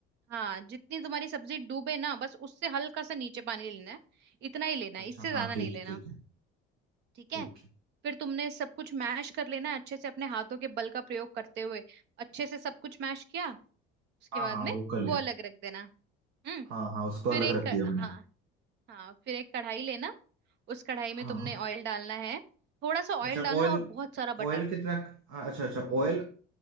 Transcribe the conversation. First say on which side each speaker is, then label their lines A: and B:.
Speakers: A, on the right; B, on the right.
A: हाँ जितनी तुम्हारी सब्जी डूबे ना बस उससे हल्का सा नीचे पानी लेना है इतना ही लेना है
B: अच्छा
A: इससे ज्यादा
B: हाँ ठीक
A: नहीं लेना
B: है ठीक है
A: ठीक
B: ठीक
A: है
B: है
A: फिर तुमने सब कुछ मैश कर लेना है अच्छे से अपने हाथों के बल का प्रयोग करते हुए अच्छे से सब कुछ मैश किया उसके
B: हाँ
A: बाद
B: हाँ
A: में
B: वो कर लिया
A: वो अलग रख देना हम्म
B: हाँ हाँ उसको अलग
A: फिर एक
B: रख
A: क-
B: दिया मैंने
A: हाँ हाँ फिर एक कढ़ाई लेना उस कढ़ाई में
B: हाँ
A: तुमने ऑयल डालना है थोड़ा सा ऑयल
B: अच्छा
A: डालना
B: ऑयल
A: और बहुत सारा बटर
B: ऑयल कितना अच्छा अच्छा ऑयल